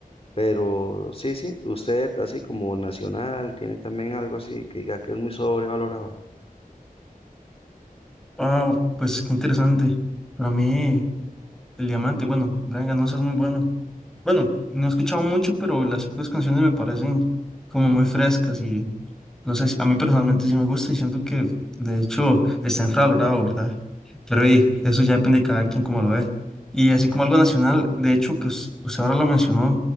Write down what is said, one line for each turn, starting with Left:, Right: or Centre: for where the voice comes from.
Left: Pero sí, sí, usted así como nacional tiene también algo así que diga que es muy sobrevalorado.
Centre: Ah, pues qué interesante. Para mí, El Diamante, bueno, Brian Ganosa es muy bueno. Bueno, no he escuchado mucho, pero las pocas canciones me parecen como muy frescas No sé, si- a mí personalmente sí me gusta y siento que de hecho está infravalorado, ¿verdad? Pero y, eso ya depende de cada quien como lo ve. Y así como algo nacional, de hecho que us- usted ahora lo mencionó,